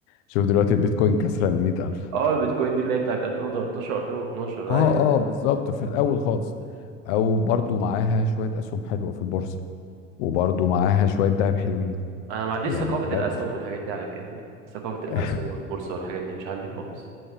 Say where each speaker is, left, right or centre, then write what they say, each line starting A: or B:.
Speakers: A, on the left; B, on the right.
A: شوف دلوقتي البيتكوين كسر ال 100000
B: اه البيتكوين دي اللي هي بتاعت 2013 2012
A: اه
B: ايوه
A: اه بالظبط في الاول خالص او برضو معاها شويه اسهم حلوه في البورصه وبرضو معاها شويه ذهب حلوين
B: انا ما عنديش
A: يعني
B: ثقافة
A: بجد
B: الاسهم والحاجات دي على كده يعني ثقافة الاسهم
A: <laughs>
B: والبورصة والحاجات دي مش عندي خالص